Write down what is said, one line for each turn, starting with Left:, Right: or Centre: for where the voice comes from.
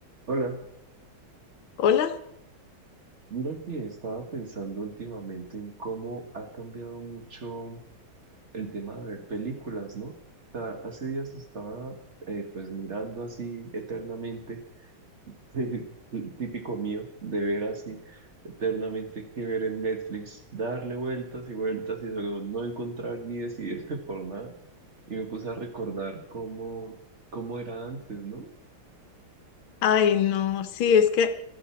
Right: Hola,
Left: Hola.
Right: mira que he estado pensando últimamente en cómo ha cambiado mucho el tema de ver películas, ¿no? O sea, hace días estaba eh, pues mirando así eternamente, <laughs> el típico mío, de ver así eternamente qué ver en Netflix, darle vueltas y vueltas y luego no encontrar ni decidirme <laughs> por nada. Y me puse a recordar cómo, cómo era antes, ¿no?
Left: Ay, no, sí, es que,